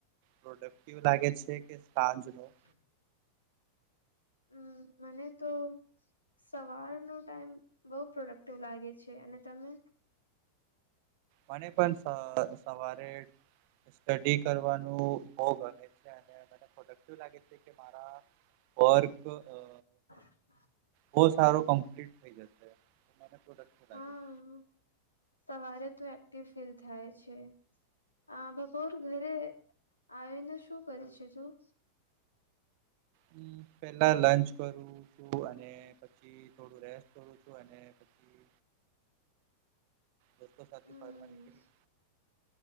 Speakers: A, on the right; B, on the left.
A: પ્રોડક્ટિવ લાગે છે કે સાંજનો.
B: <unintelligible> અમ મને તો. સવારનો ટાઈમ બહુ પ્રોડક્ટિવ લાગે છે અને તમે.
A: મને પણ સ સવારે. સ્ટડી કરવાનું બવ ગમે છે અને મને પ્રોડક્ટિવ લાગે છે કે મારા. વર્ક અ.
B: <unintelligible>
A: બહુ સારો કમ્પ્લીટ થઈ જશે મને પ્રોડક્ટિવ
B: હા
A: લાગે.
B: સવારે તો એક્ટિવ ફીલ થાય છે. આ બપોર ઘરે આવીને શું કરે છે તું.
A: હ પેલા લંચ કરું છું અને પછી થોડું રેસ્ટ કરું છું અને. પછી દોસ્તો સાથે
B: હમ
A: ફરવા નીકળી.